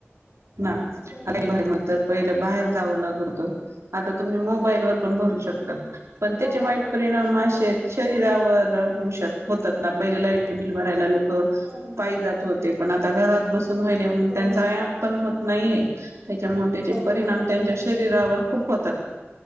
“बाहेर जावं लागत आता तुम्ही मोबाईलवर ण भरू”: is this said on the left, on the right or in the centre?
Right